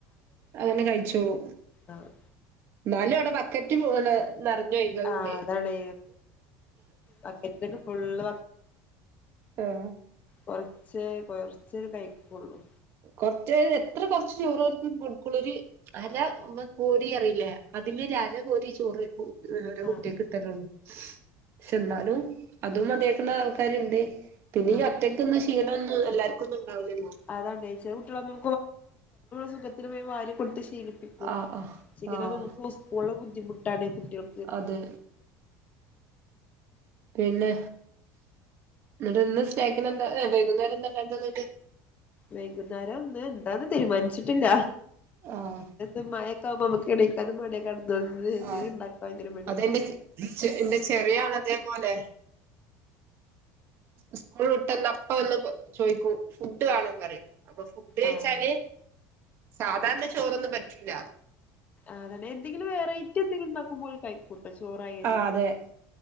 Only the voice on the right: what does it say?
അങ്ങനെ കഴിച്ചോളും
എന്നാലും അവിടെ ബക്കറ്റ് <unintelligible> നറഞ്ഞ് ഒഴുകലുണ്ട്
ആഹ്
കൊറച്ച് എത്ര കൊറച്ച് ചോറെ കൊടുക്കുള്ളൂ ഒര്. അര കോരി അറിയില്ലേ അതിൽമ്മെ ഒരു അര കോരി ചോറ് കു ഓരോ കുട്ട്യാക്ക്.
<unintelligible> പക്ഷെ എന്നാലും അതും മതിയാക്കുന്ന ആൾക്കാരുണ്ട്. പിന്നെ
ഈ ഒറ്റയ്ക്കന്ന് ശീലംന്നും എല്ലാർക്കും ഒന്നും ഉണ്ടാവില്ലല്ലോ.
ആഹ് ആഹ്
ആഹ്
അതെ പിന്നെ എന്നിട്ട് ഇന്ന് സ്നാക്കിന എന്താ വൈകുന്നേരം എന്തണ്ടാക്കിണ ന്നിട്ട്
ആഹ്
ആഹ്
അതെന്റെ എന്റെ ചെറിയാൾ അതേപോലെ. സ്കൂൾ വിട്ട്ന്നെ അപ്പ വന്ന് ചോയ്ക്കൂ. ഫുഡ് വാണം പറയും അപ്പൊ ഫുഡ് വെച്ചാല്
സാധാരണ ചോറൊന്നും പറ്റില്ല.
ആഹ് അതെ